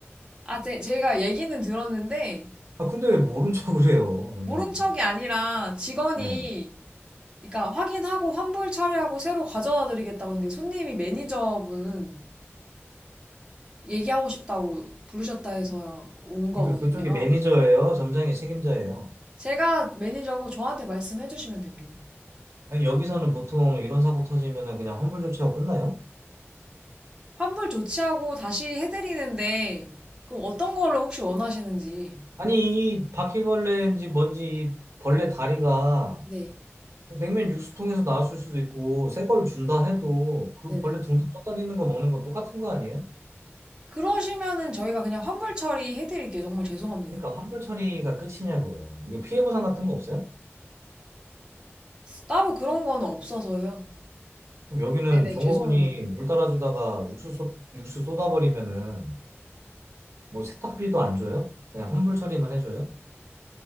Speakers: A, on the right; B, on the right.
A: 아, 제, 제가 얘기는 들었는데,
B: 아, 근데 왜 모른 척을 해요, 점장님.
A: 모른 척이 아니라 직원이,
B: 네.
A: 그러니까 확인하고 환불 처리하고 새로 가져다 드리겠다고 근데 손님이 매니저분 얘기하고 싶다고 부르셨다 해서 온 거거든요.
B: 그러니까 그쪽이 매니저예요? 점장이 책임자예요?
A: 제가 매니저고 저한테 말씀해 주시면 됩니다.
B: 아니, 여기서는 보통 이런 사고 터지면은 그냥 환불 조치하고 끝나요?
A: 환불 조치하고 다시 해드리는데, 그 어떤 거를 혹시 원하시는지.
B: 아니, 이 바퀴벌레인지 뭔지 이 벌레 다리가
A: 네,
B: 냉면 육수통에서 나왔을 수도 있고, 새 걸 준다 해도 그
A: 네네.
B: 벌레 둥둥 떠다니는 거 먹는 거 똑같은 거 아니에요?
A: 그러시면은 저희가 그냥 환불 처리해 드릴게요. 정말 죄송합니다.
B: 그러니까 환불 처리가 끝이냐고요. 이거 피해 보상 같은 거 없어요?
A: 따로 그런 거는 없어서요.
B: 그럼 여기는
A: 네네,
B: 종업원이
A: 죄송합니다.
B: 물 따라주다가 육수, 쏟- 육수 쏟아버리면은 뭐 세탁비도 안 줘요? 그냥 환불 처리만 해줘요?